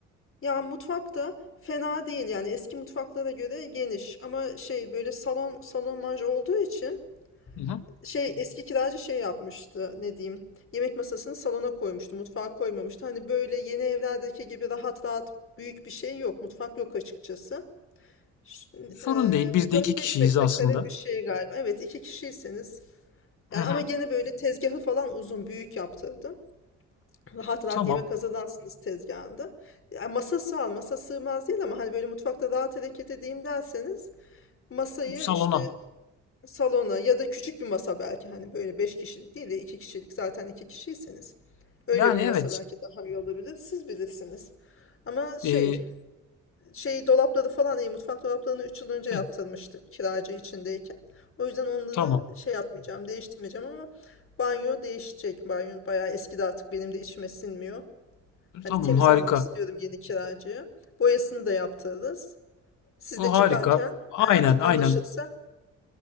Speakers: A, on the left (about 45°); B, on the left (about 80°).
A: Ya mutfakta fena değil yani eski mutfaklara göre geniş ama şey böyle salon salon manja olduğu için
B: Hı hı.
A: şey eski kiracı şey yapmıştı ne diyeyim yemek masasını salona koymuştu mutfağa koymamıştı hani böyle yeni evlerdeki gibi rahat rahat büyük bir şey yok mutfak yok açıkçası Ş-
B: Sorun
A: eee,
B: değil. Biz de
A: 4-5
B: iki kişiyiz
A: metrekare
B: aslında.
A: bir şey galiba. Evet iki kişiyseniz.
B: Hı
A: Yani
B: hı.
A: ama gene böyle tezgahı falan uzun büyük yaptırdım. Rahat rahat
B: Tamam.
A: yemek hazırlarsınız tezgahında. Yani masası al masa sığmaz değil ama hani böyle mutfakta rahat hareket edeyim derseniz masayı
B: Salona.
A: işte salona ya da küçük bir masa belki hani böyle 5 kişilik değil de 2 kişilik zaten 2 kişiyseniz. Öyle
B: Yani
A: bir masa
B: evet.
A: belki daha iyi olabilir. Siz bilirsiniz. Ama şey
B: Ee,
A: şey dolapları falan iyi mutfak dolaplarını 3 yıl önce
B: hı,
A: yaptırmıştık kiracı içindeyken. O yüzden onları
B: tamam.
A: şey yapmayacağım, değiştirmeyeceğim ama banyo değişecek. Banyo bayağı eskidi artık benim de içime sinmiyor. Hani
B: Tamam
A: temiz
B: harika.
A: vermek istiyorum yeni kiracıya. Boyasını da yaptırırız. Siz
B: O
A: de çıkarken
B: harika. Aynen
A: eğer anlaşırsa
B: aynen.